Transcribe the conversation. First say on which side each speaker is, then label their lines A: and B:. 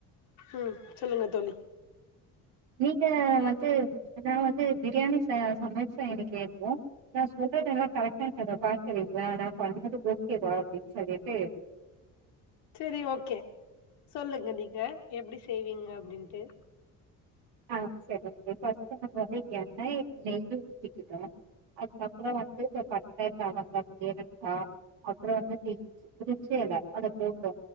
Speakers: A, on the left (about 75°); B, on the right (about 80°).
A: ம் சொல்லுங்க தோழி
B: நீங்க வந்து நா வந்து பிரியாணி ச சமைச்சே இன்னிக்கு எல்லாருக்கு நா சொல்றதெல்லா கரெக்டான பாக்குறீங்களா நா பண்ணது ம்போது ஓகேவா அபடின்னு சொல்லிட்டு
A: சேரி ஓகே சொல்லுங்க நீங்க எப்படி செய்வீங்க அப்படின்ட்டு
B: ஆ சேரி ஓகே <unintelligible> வந்து எண்ணெய் நெய் ஊத்திக்கிட்ட அதுக்கு அப்றோ வந்து இந்த பட்ட லவங்கம் ஏலக்கா அப்றோ வந்து <unintelligible> ப்ரிஞ்சி எல அத போட்டோ